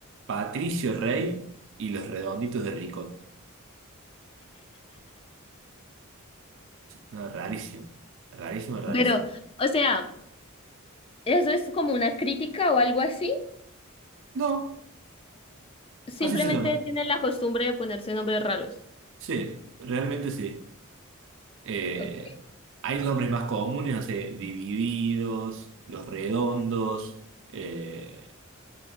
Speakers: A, on the right (about 60°); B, on the left (about 25°).
A: Patricio Rey y los Redonditos de Ricot. No, rarísimo, rarísimo, rarísimo.
B: Pero, o sea, ¿eso es como una crítica o algo así?
A: No,
B: Simplemente
A: así se llama.
B: tienen la costumbre de ponerse nombres raros.
A: Sí, realmente sí. Eh,
B: Ok.
A: hay nombres más comunes, no sé, divididos, los redondos, eh,